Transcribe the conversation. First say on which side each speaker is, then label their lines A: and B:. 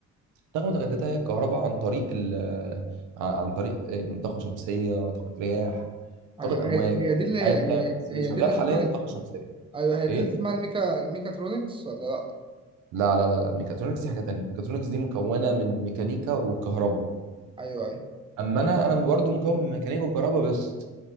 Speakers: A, on the right (about 85°); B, on the right (about 20°).
A: طاقة متجددة هي الكهرباء عن طريق ال عن طريق إيه، طاقة شمسية طاقة رياح
B: ايوه
A: طاقة أمواج
B: هي هي دي اللي هي
A: أيا كان بس
B: هي
A: اللي شغال
B: دي اللي
A: حاليا
B: اسمها
A: طاقة شمسية
B: ايوه هي دي
A: إيه؟
B: اللي اسمها الميكا الميكاترونكس ولا لا؟
A: لا لا لا لا ميكاترونكس دي حاجه تانية ميكاترونكس دي مكونه من ميكانيكا وكهرباء
B: ايوه ايوه
A: اما انا انا برضو مكون من ميكانيكا وكهرباء بس